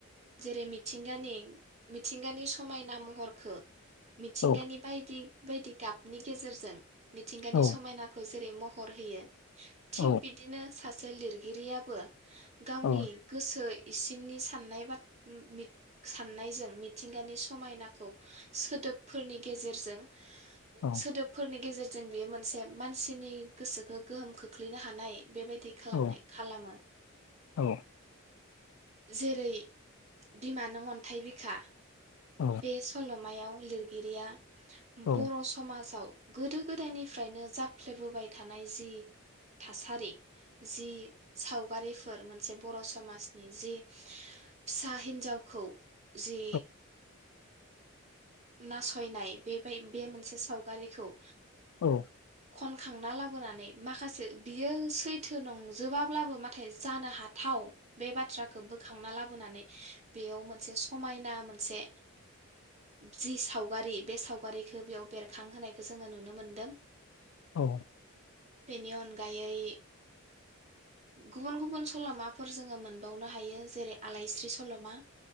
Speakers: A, on the right; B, on the left.
A: जेरै मिथिंगानि मिथिंगानि समायना महरखो मिथिंगनि
B: औ
A: बायदि बायदि गाबनि गेजेरजों मिथिंगानि
B: औ
A: समायनाखौ जेरै महर होयो थिग
B: औ
A: बिदिनो सा से लिरगिरियाबो गावनि
B: औ
A: गोसो इसिंनि साननाय बा मि साननायजों मि थिंगानि समायनाखौ सोदोबफोरनि गेजेरजों
B: औ
A: सोदोबफोरनि गेजेर जों बेयो मोनसे मानसिनि गोसोखौ गोहोम खोख्लैनो हानाय बेबायदि खालामनाय
B: औ
A: खालामो।
B: औ
A: जेरै बिमा नों अन्थाइ बिखा
B: औ
A: बे सल'मायाव लिरगिरिया
B: औ
A: बर' समाजाव गोदो गोदायनिफ्रायनो जाफ्लेबोबाय थानाय जि थासारि जि साव गारिफोर मोनसे बर' समाजनि जि फिसा हिन्जावखौ जे
B: औ
A: नासयनाय बेबाय बे मोनसे सावगारिखौ
B: औ।
A: खनखांना लाबोनानै माखासे बियो सैथ थो नंजोबाब्लाबो माथाय जानो हाथाव। बे बाथ्राखो बोखांना लाबो बोनानै बेयाव मोनसे समायना मो मोनसे जि सावगारि बे सावगारिखो बेयाव बेरखांहोनायखो जोङो नुनो मोन्दों।
B: औ।
A: बेनि अनगायै गुबुन गुबुन सल'माफोर जोङो मोनबावनो हायो जेरै आलायस्रि सल'मा